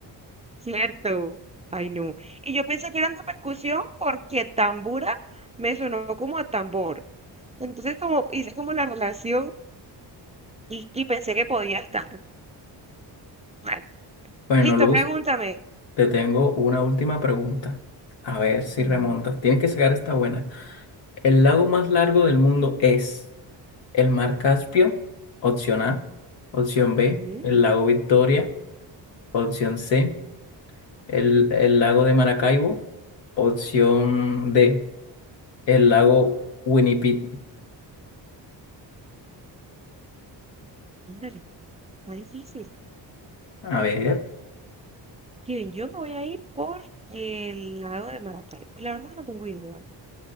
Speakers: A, on the right (about 15°); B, on the left (about 80°).
A: ¿cierto? Ay, no. Y yo pensé que eran de percusión porque tambura me sonó como a tambor. Entonces, como hice como la relación y, y pensé que podía estar. Vale.
B: Bueno,
A: Listo,
B: Luz,
A: pregúntame.
B: te tengo una última pregunta. A ver si
A: Ujú,
B: remontas. Tienes que sacar esta buena. ¿El lago más largo del mundo es el mar Caspio? Opción A. Opción B.
A: ujú.
B: El lago Victoria. Opción C. El, el lago de Maracaibo. Opción D. El lago Winnipeg.
A: Ándale, está difícil.
B: A ver.
A: Kevin, yo me voy a ir por el lago de Maracaibo. La verdad no tengo idea.